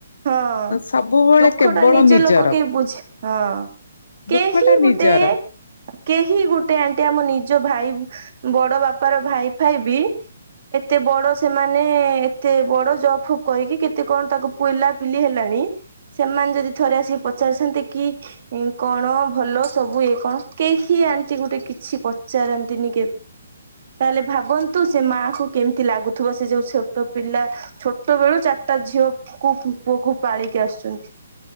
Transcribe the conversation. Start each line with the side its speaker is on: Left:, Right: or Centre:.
Right: ହଁ
Left: ସବୁବେଳେ
Right: ଦୁଃଖ
Left: କେବଳ
Right: ଟା ନିଜ
Left: ନିଜର।
Right: ଲୋକ କେଇ ବୁଝି ହଁ,
Left: ଦୁଃଖ
Right: କେହି
Left: ଟା
Right: ଗୋଟେ,
Left: ନିଜର
Right: କେହି ଗୋଟେ ଆ ଟି ଆମ ନିଜ ଭାଇ ଉଁ ବଡ ବାପାର ଭାଇ ଫାଇ ବି ଏତେ ବଡ ସେମାନେ, ଏତେ ବଡ ଜବ୍ ଫବ୍ କହିକି କେତେ କଣ ତାଙ୍କ ପୁଲା ପିଲି ହେଲାଣି ସେମାନେ ଯଦି ଥରେ ଆସିକି ପଚାରୁଛନ୍ତି କି ଇଁ, କଣ ଭଲ ସବୁ ଇଏ କଣ କେହି ଆଣ୍ଟି ଗୋଟେ କିଛି ପଚାରନ୍ତିନି କେ ତାହେଲେ ଭାବନ୍ତୁ ସେ ମାଆ କୁ କେମିତି ଲାଗୁଥୁବ। ସେ ଯୋଉ ଛୋଟ ପିଲା ଛୋ ଟ ବେେଳୁ ଚାରଟା ଝିଅକୁ ପୁଅକୁ ପାଳିକି ଆସୁଚନ୍ତି।